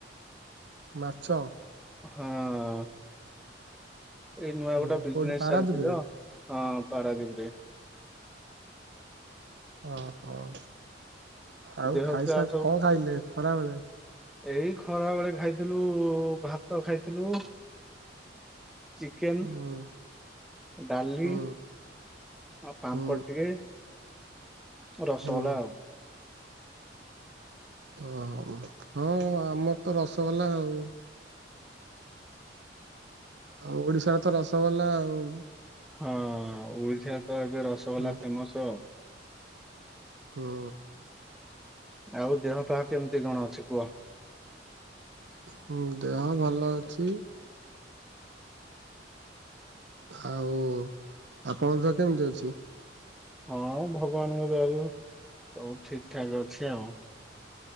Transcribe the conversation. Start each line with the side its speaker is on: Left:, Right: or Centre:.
Right: ମାଛ
Centre: ହଁ ଏଇ
Right: ହୁଁ
Centre: ନୂଆ ଗୋଟେ ବିଜନେସ
Right: କୋଉଠି ପାରାଦୀପରେ
Centre: ଚାଲିଛି ତ ହଁ ପାରାଦୀପରେ
Right: ହ ହଁ ଆଉ
Centre: ଦେହ
Right: ଖାଇସାରି
Centre: ପା ସବୁ
Right: କଣ ଖାଇଲେ ଖରା ବେଳେ?
Centre: ଏଇ ଖରା ବେଳେ ଖାଇଥିଲୁ ଭାତ ଖାଇଥିଲୁ ଚିକେନ
Right: ହୁଁ
Centre: ଡାଲି
Right: ହୁଁ
Centre: ଆଉ ପାମ୍ପଡ
Right: ହୁଁ
Centre: ଟିକେ ରସଗୋଲା
Right: ହୁଁ
Centre: ଆଉ
Right: ଓ ହଁ ଆମର ତ ରସଗୋଲା ଆଉ ଆଉ ଓଡିଶାର ତ ରସଗୋଲା ଆଉ
Centre: ହଁ ଓଡିଶା ତ ଏବେ ରସଗୋଲା
Right: ହୁଁ
Centre: ଫେମସ ଆଉ
Right: ହୁଁ
Centre: ଆଉ ଦେହ ପାହା କେମିତି କଣ ଅଛି କୁହ?
Right: ହଁ ଦେହ ଭଲ ଅଛି। ଆଉ ଆପଣଙ୍କ ଦେହ କେମିତି ଅଛି?
Centre: ହଁ ଭଗବାନଙ୍କ ଦୟାରୁ ସବୁ ଠିକ ଠାକ ଅଛି ଆଉ।